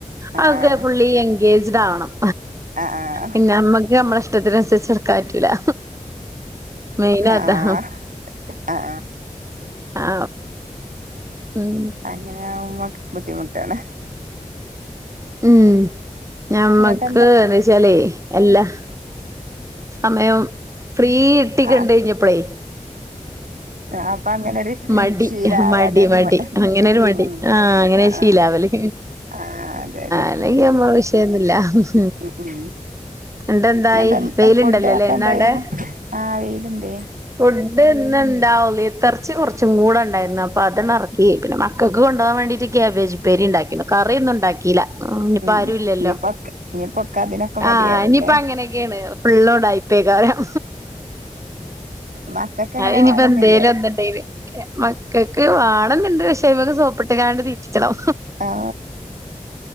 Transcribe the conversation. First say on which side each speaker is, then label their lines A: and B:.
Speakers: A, on the right; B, on the right.
A: ആഹ്
B: അവോക്കേ ഫുള്ളി എങ്കെജ് ജിടാവണം
A: ആഹ് ആഹ്
B: പിന്നെ ഞമ്മക്ക് ഞമ്മളേ ഇഷ്ടത്തിനനുസരിച്ച് ഇട്ക്കാറ്റു ല്ലാ മെയിൻ
A: ആഹ്
B: അതാ
A: ആഹ് ആഹ്
B: ആ ഉം
A: അങ്ങനെയാവുമ്പം ബുദ്ധിമുട്ടാണ്
B: ഉം ഞമ്മക്ക്
A: ഇങ്ങട്ട് എന്താ
B: എന്ന്ച്ചാലേ എല്ലാ സമയം ഫ്രീ ഇട്ടി കണ്ടെഴിഞ്ഞപ്പളേ
A: ആ അപ്പൊ അങ്ങനൊരു
B: മടി
A: ശീലാവാനൊരു
B: മടി മടി
A: മ
B: അങ്ങനൊരു
A: ഉം
B: മടി
A: ഉം
B: ആ അങ്ങനെ
A: ആ
B: ശീലാവല്
A: ആ ആ അതെ അതെ
B: അല്ലങ്കി നമ്മള് വിഷയ ല്ല മ്മ്
A: ഉം ഉം
B: ന്ന്ട്ട് എന്തായി
A: ഇങ്ങട്ട് എന്താ
B: വെയ്‌ലുണ്ടലൊല്ലെ
A: ഫുഡ് ഒക്കെ
B: ഇന്നാടെ
A: എന്തായിരുന്നു ആ വെയിലുണ്ട്
B: ഫുഡ്ന്ന്ണ്ടാ <unintelligible> എർച്ചി കൊറച്ചും കൂടെണ്ടായിരുന്ന പ്പത് ന്ന്റക്കി. പിന്നെ മക്കക്ക് കൊണ്ടൊവാ വേണ്ടിട്ട് കേബേജ്പ്പേരി ഇണ്ടാക്കിണ്. കറിന്നുണ്ടാക്കീല ആ ഇനിപ്പോ
A: ഉം
B: ആരും ഇല്ലല്ലോ
A: ഇനിയിപ്പൊക്കെ ഇനിയിപ്പൊക്കെ അതിനൊക്കെ മടിയാവൂല്ലേ
B: ആഹ് ഇനിയിപ്പങ്ങനെയൊക്കെണ് ഫുള്ള് ഉണ്ടായിപ്പേക്കാരം
A: മക്കക്ക് അങ്ങനെ
B: അഹ്ഇനിയിപ്പോ
A: വേണംന്നില്ലേ
B: എന്തേലും എന്ത്‌ണ്ടേല് മക്കക്ക് വേണന്ന്ണ്ട് പക്ഷേ ഇവരേ സോപ്പിട്ട്ക്കാണ്ട് തീറ്റ് ക്കണം
A: ആ